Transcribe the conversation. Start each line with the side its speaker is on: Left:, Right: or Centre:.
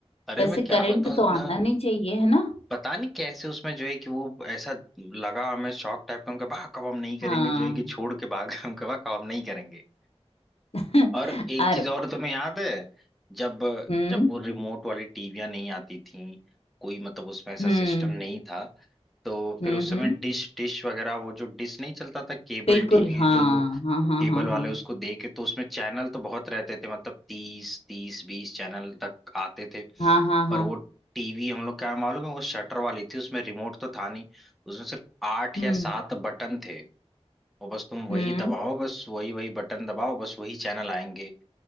Centre: अरे
Left: वैसे
Centre: मैं क्या
Left: करंट
Centre: बताऊं
Left: तो
Centre: इतना
Left: आना नहीं चाहिए है ना
Centre: पता नहीं कैसे उसमें जो है कि वो ऐसा लगा हमें शौक टाइप का हम कहा कब हम नहीं करेंगे
Left: हाँ
Centre: जो है कि छोड़ के भाग गए। हम कहा कब हम नहीं करेंगे
Left: <laughs>
Centre: और एक
Left: और
Centre: चीज और तुम्हें याद है जब
Left: हम्म
Centre: जब वो रिमोट वाली टीवियां नहीं आती थीं कोई मतलब उसमें ऐसा
Left: हम्म
Centre: सिस्टम नहीं था तो
Left: हम्म
Centre: फिर उस समय
Left: हम्म
Centre: डिश डिश वगैरह वो जो डिश नहीं चलता था केबल
Left: बिल्कुल
Centre: टीवी
Left: हाँ
Centre: <laughs> जो
Left: हाँ
Centre: केबल
Left: हाँ हाँ
Centre: वाले
Left: हाँ
Centre: उसको दे के तो उसमें चैनल तो बहुत रहते थे मतलब तीस तीस बीस चैनल तक आते थे
Left: हाँ हाँ हाँ हाँ
Centre: पर वो टीवी हम लोग क्या मालूम है वो शटर वाली थी उसमें रिमोट तो था नहीं उसमें सिर्फ आठ
Left: हम्म
Centre: या सात बटन थे और बस तुम वही
Left: हम्म
Centre: दबाओ बस वही वही बटन दबाओ बस वही चैनल आएंगे